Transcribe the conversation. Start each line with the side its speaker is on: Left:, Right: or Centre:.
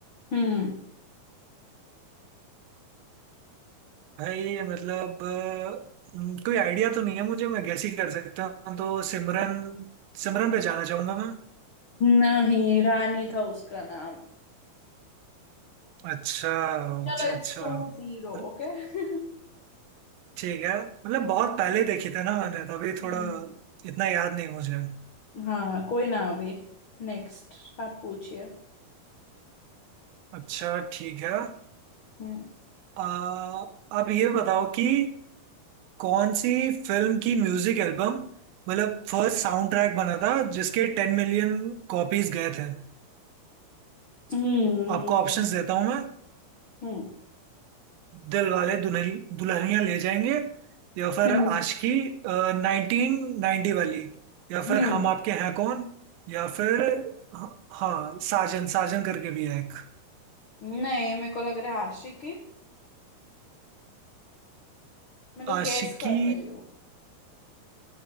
Left: हम्म
Right: भाई मतलब अ, हम्म, कोई आइडिया तो नहीं है मुझे मैं गेस ही कर सकता हूँ तो सिमरन सिमरन पे जाना चाहूंगा मैं
Left: नहीं रानी था उसका नाम
Right: अच्छा अच्छा
Left: चलो
Right: अच्छा
Left: इट्स टू
Right: मतलब-
Left: जीरो ओके <laughs>
Right: ठीक है मतलब बहुत पहले देखी था ना मैंने तभी
Left: हम्म
Right: थोड़ा इतना याद नहीं मुझे
Left: हाँ कोई ना अभी नेक्स्ट आप पूछिए
Right: अच्छा ठीक है
Left: हम्म
Right: आ, अब ये बताओ कि कौन सी फिल्म की म्यूजिक एल्बम मतलब फर्स्ट साउंड ट्रैक बना था जिसके टेन मिलियन कॉपीज गए थे
Left: हम्म
Right: आपको ऑप्शंस देता हूं मैं
Left: हम्म
Right: दिल वाले दुल्हन दुल्हनिया ले जाएंगे या फिर
Left: हम्म
Right: आशिकी नाइनटीन नाइनटी वाली या
Left: हम्म,
Right: फिर हम आपके हैं कौन या फिर हाँ साजन साजन करके भी है एक
Left: नहीं मेरे को लग रहा है आशिकी मैं तो
Right: आशिकी
Left: गैस कर रही हूँ